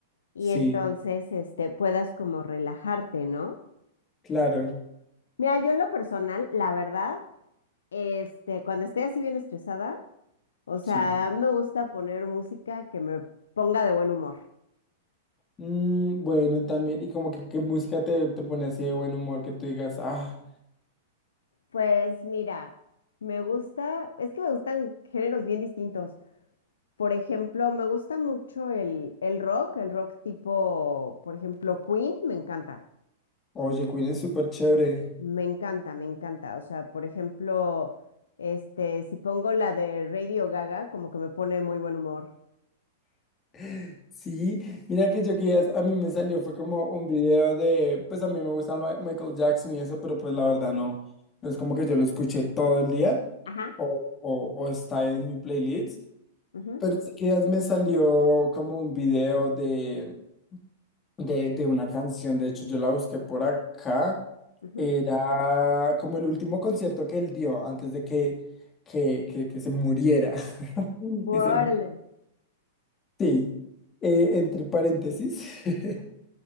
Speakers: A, on the left (about 65°); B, on the left (about 25°).
A: y
B: Sí,
A: entonces este puedas como relajarte, ¿no?
B: claro,
A: Mira, yo en lo personal, la verdad, este, cuando estoy así bien estresada, o sea,
B: sí.
A: me gusta poner música que me ponga de buen humor.
B: Mm, bueno, también, y como que qué música te, te pone así de buen humor que tú digas, ah,
A: Pues mira, me gusta, es que me gustan géneros bien distintos. Por ejemplo, me gusta mucho el, el rock, el rock tipo, por ejemplo, Queen, me encanta,
B: oye, Queen es súper chévere.
A: me encanta, me encanta. O sea, por ejemplo, este, si pongo la de Radio Gaga, como que me pone muy buen humor.
B: <laughs> Sí, mira que yo que a mí me salió, fue como un video de, pues a mí me gusta lo de Michael Jackson y eso, pero pues la verdad no, no es como que yo lo escuché todo el día
A: Ajá,
B: o, o, o está en mi playlist,
A: ujú,
B: pero sí que me salió como un video de de, de una canción. De hecho, yo la busqué por acá.
A: ujú,
B: Era como el último concierto que él dio antes de que, que, que, que se muriera. <laughs>
A: Órale.
B: Que se mu- sí. Eh, entre paréntesis, <laughs>